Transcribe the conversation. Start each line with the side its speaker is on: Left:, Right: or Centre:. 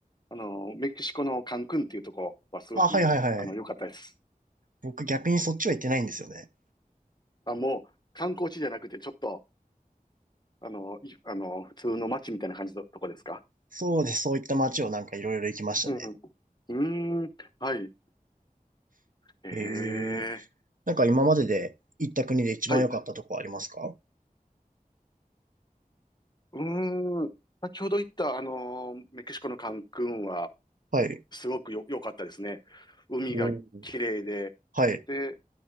Left: あの、メキシコのカンクンっていうとこはすごく、
Right: あ、はいはいはい。
Left: あの、良かったです。
Right: 僕逆にそっちは行ってないんですよね。
Left: あ、もう、観光地じゃなくて、ちょっと、あの、い、あの、普通の街みたいな感じのとこですか
Right: そうです。そういった街をなんかいろいろ行きましたね。
Left: うん。うーん、はい。え
Right: ええ。
Left: え、
Right: なんか今までで行った国で一番良かったとこありますか
Left: はい。うーん、先ほど言った、あのー、メキシコのカンクンは、
Right: はい。
Left: すごくよ、良かったですね。海が綺麗で、
Right: おーはい。
Left: で、